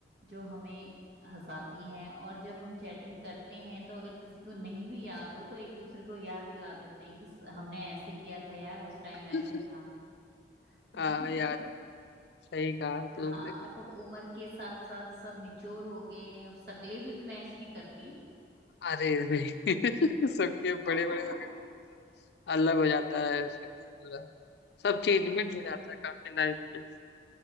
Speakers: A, on the right (about 65°); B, on the left (about 70°).
A: जो हमें हंसाती हैं और जब हम चैटिंग करते हैं तो अगर किसी को नहीं भी याद हो तो एक दूसरे को याद दिला देते हैं कि स- हमने ऐसे किया था यार उस टाइम
B: <laughs>
A: ऐसे था <laughs>
B: हाँ यार सही कहा तो
A: हाँ
B: लगी
A: और अब उम्र के साथ साथ सब मेच्योर हो गए हैं अब शक्लें भी मैच नहीं करती
B: अरे नहीं <laughs> सबके बड़े बड़े
A: <laughs>
B: हो गए तो अलग हो जाता है शक्ल पूरा
A: हाँ
B: सब चेंजमेंट हो जाता है काफी लाइफ में